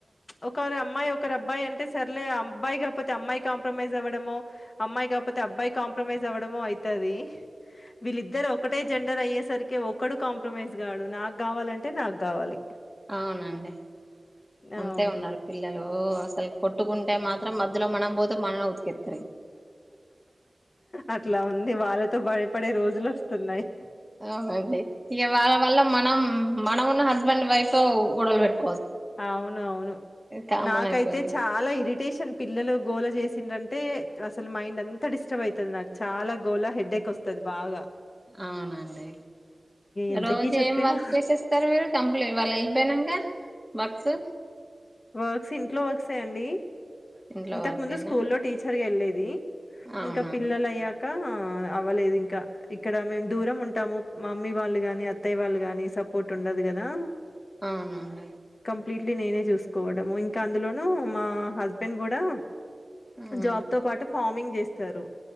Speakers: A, on the left; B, in the centre.
A: ఒకరి అమ్మాయి ఒకరు అబ్బాయి అంటే సర్లే అబ్బాయి కాకపోతే అమ్మాయి కాంప్రమైజ్ అవ్వడము అమ్మాయి కాకపోతే అబ్బాయి కాంప్రమైజ్ అవ్వడము అవుతది వీళ్ళిద్దరు ఒకటే జెండర్ అయ్యేసరికి ఒకడు కాంప్రమైజ్ గాడు నాకు కావాలంటే నాకు గావాలి.
B: అవునండి అంతే
A: అవును.
B: ఉన్నారు పిల్లలు అసలు కొట్టుకుంటే మాత్రం మధ్యలో మనం పోతే మనలో ఉతికిత్
A: అట్లా ఉంది వాళ్ళతో భయపడే రోజులు వస్తున్నాయి
B: అవునండి ఇక వాళ్ళ వల్ల మనం మనం ఉన్న హస్బెండ్ వైఫ్ గొడవలు పెట్టుం
A: అవును అవును
B: కామన్
A: నాకైతే
B: అయిపోయింది
A: చాలా ఇ ఈడిటేషన్ పిల్లలు గోల చేసిండంటే అసలు మైండ్ అంత డిస్టర్బ్ అవుతుంది నాకు చాలా గోల హెడ్ డ్డెక్ వస్తుంది బాగా
B: అవునండి
A: ఎంతకీ
B: రోజు
A: చెప్పినా
B: ఏం వర్క్ చేసేస్తారు మీరు కంప్లీట్ వాళ్ళు వెళ్ళిపోయినాక వర్క్స్
A: వర్క్స్ ఇంట్లో వర్క్సేయండి
B: ఇంట్లో
A: ఇంతకు
B: వర్కేనా
A: ముందు స్కూ లో టీచర్గా వెళ్ళేది
B: అవునా
A: ఇంకా పిల్లల అయ్యాక అవ్వలేదు ఇంకా ఇక్కడ మేము దూరం ఉంటాము మా మమ్మీ వాళ్ళు కానీ అత్తయ్య వాళ్ళు కాని సపోర్ట్ ఉండదు కదా
B: అవునండి
A: కంప్లీట్లీ నేనే చూసుకోవడం ఇంకా అందులోనుూ మా హస్బెండ్ కూడా
B: ఉమ్
A: జాబ్ తో పాటు ఫార్మింగ్ చేస్తారు